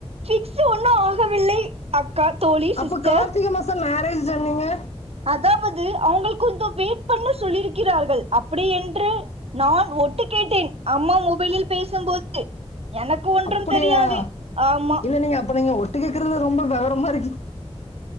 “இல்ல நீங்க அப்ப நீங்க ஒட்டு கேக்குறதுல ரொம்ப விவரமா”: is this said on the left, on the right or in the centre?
Left